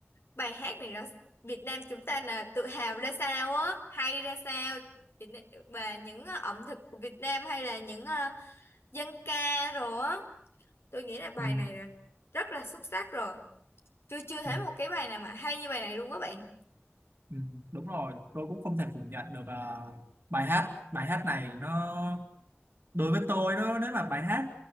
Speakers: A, on the left; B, on the right.
A: bài hát này là Việt Nam chúng ta là tự hào ra sao á, hay ra sao Việt Nam, và những à, ẩm thực của Việt Nam hay là những à, dân ca rồi á, tôi nghĩ là bài
B: ừ,
A: này là rất là xuất sắc rồi. Tôi chưa thấy
B: ừ,
A: một cái bài nào mà hay như bài này luôn các bạn.
B: ừ, đúng rồi tôi cũng không thể phủ nhận được ờ, bài hát bài hát này nó đối với tôi nó nếu mà bài hát